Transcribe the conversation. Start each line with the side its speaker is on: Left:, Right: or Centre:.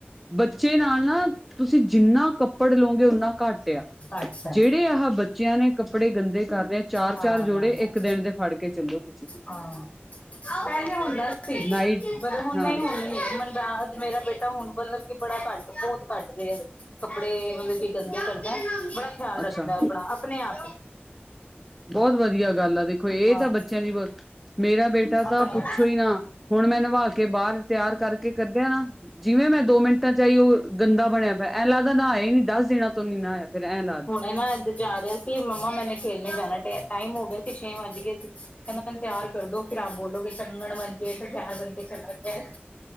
Centre: ਬੱਚੇ ਨਾਲ ਨਾ! ਤੁਸੀ ਜਿੰਨਾ ਕੱਪੜ ਲਓਂਗੇ, ਉਓਨਾਂ ਘੱਟ ਆ।
Left: ਅੱਛਾ
Centre: ਜਿਹੜੇ ਆਹ ਬੱਚਿਆਂ ਨੇਂ ਕੱਪੜੇ ਗੰਦੇ ਕਰ ਰਹੇ ਹੈਂ। ਚਾਰ-ਚਾਰ
Left: ਹਾਂ
Centre: ਜੋੜੇ
Left: ਹਾਂ ਹਾਂ
Centre: ਇੱਕ ਦਿੰਨ ਦੇ ਫੜਕੇ ਚੱਲੋ ਤੁਸੀ।
Left: ਹਾਂ! ਪਹਿਲੇ ਹੁੰਦਾ ਸੀ। <unintelligible>
Centre: ਨਾਈਟ
Left: ਹੁਨ
Centre: ਹਾਂ
Left: ਨਹੀਂ ਹੋਣੀ ਸੀ। ਮੈਨੂੰ ਬਾਅਦ ਮੇਰਾ ਬੇਟਾ ਹੁਨ ਮਤਲਬ ਕਿ ਬੜਾ ਘੱਟ, ਬਹੁਤ ਘੱਟ <unintelligible> ਕੱਪੜੇ ਮਤਲਬ ਕੀ ਗੰਦੇ ਕਰਦਾ। ਬੜਾ ਖਿਆਲ
Centre: ਅੱਛਾ-ਅੱਛਾ।
Left: ਰੱਖਦਾ ਆਪਣਾ, ਆਪਨੇ ਆਪ ਹੀ।
Centre: ਬਹੁਤ ਵਧੀਆ ਗੱਲ ਆ। ਦੇਖੋ, ਇਹ
Left: ਹਾਂ
Centre: ਤਾਂ ਬੱਚਿਆਂ ਦੀ ਬਹੁਤ, ਮੇਰਾ ਬੇਟਾ
Left: ਆਪਣੇ
Centre: ਤਾਂ ਪੁੱਛੋ ਹੀ ਨਾ। ਹੁਣ ਮੈਂ ਨਿਹਵਾ ਕੇ, ਬਾਹਰ ਤਿਆਰ ਕਰਕੇ ਕੱਢਿਆ ਨਾਂ। ਜਿਵੇਂ ਮੈਂ ਦੋ ਮਿੰਟਾਂ ਚ ਆਈ। ਉਹ ਗੰਦਾ ਬਣਿਆ ਐਂ ਲੱਗਦਾ ਨਹਾਇਆ ਹੀ ਨੀ। ਦੱਸ ਦਿਣਾ ਤੋ ਨੀ ਨਹਾਇਆ, ਫਿਰ ਐਂ ਲੱਗਦਾ।
Left: ਮੈਂ ਨਾ ਉੱਧਰ ਜਾ ਰਿਹਾ ਸੀ। ਮੰਮਾ ਮੈਨੇ ਖੇਲਨੇ ਜਾਣਾ ਟਿਆ, ਟਾਈਮ ਹੋ ਗਿਆ ਸੀ। ਛੇ ਵੱਜ ਗਏ ਸੀ। <unintelligible> <unintelligible> ਤਿਆਰ ਕਰ ਦੋ। ਫਿਰ ਆਪ ਬੋਲੋਗੇ ਚੰਗਣ ਮਨਕੇ ਫਿਰ <unintelligible> ਬੰਧ ਕੇ ਚਲਾ ਗਿਆ।